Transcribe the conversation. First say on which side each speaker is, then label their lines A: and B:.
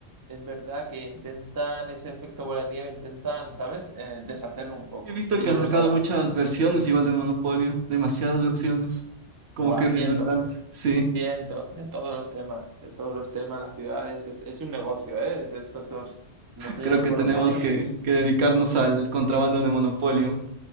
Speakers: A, on the right; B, on the right.
A: es verdad que intentan ese efecto bola de nieve, intentan, ¿sabes? Eh, deshacerlo un poco.
B: He visto
A: Ellos
B: que han sacado
A: lo saben.
B: muchas versiones igual de Monopolio, demasiadas versiones. Como
A: Buah,
B: que reinventándose.
A: cientos,
B: Sí.
A: cientos de todos los temas, de todos los temas, las ciudades. Es, es un negocio, ¿eh? De estos dos. Los de
B: Creo
A: del
B: que
A: Monopoly
B: tenemos
A: es...
B: que, que dedicarnos al contrabando de Monopolio.